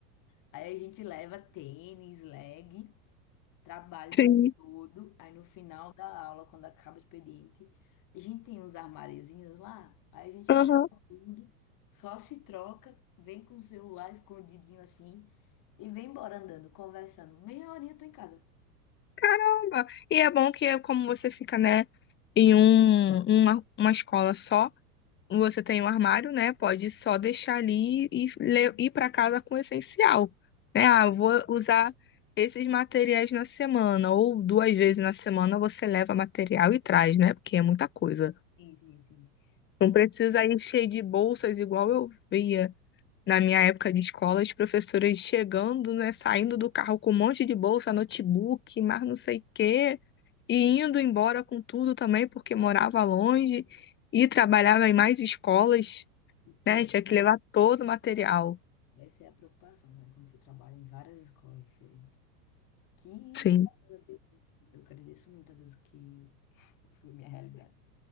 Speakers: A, on the left (about 40°); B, on the left (about 25°).
A: Aí a gente leva tênis, leg, trabalho
B: sim.
A: o dia todo. Aí no final da aula, quando acaba o expediente, a gente tem uns armáriozinhos lá, aí a gente
B: Aham.
A: guarda tudo, só se troca, vem com o celular escondidinho assim e vem embora andando, conversando. Meia horinha eu tô em casa.
B: Caramba! E é bom que é como você fica, né, em um, uma, uma escola só, você tem um armário, né? Pode só deixar ali e
A: Hum.
B: le- ir para casa com o essencial, né?
A: É,
B: Ah, eu vou usar esses materiais na semana, ou duas vezes na semana você leva material e traz, né? Porque é muita coisa.
A: Sim, sim, sim.
B: Não
A: Não,
B: precisa ir cheio de bolsas igual eu via. Na minha época de escola, as professoras chegando, né, saindo do carro com um monte de bolsa, notebook, mas não sei o quê, e indo embora com tudo também, porque morava longe e trabalhava em mais escolas,
A: porque
B: né? Tinha que levar todo o material.
A: essa é a preocupação, né? Quando você trabalha em várias escolas diferentes. Que,
B: Sim,
A: graças a Deus, eu agradeço muito a Deus que <laughs> foi minha realidade.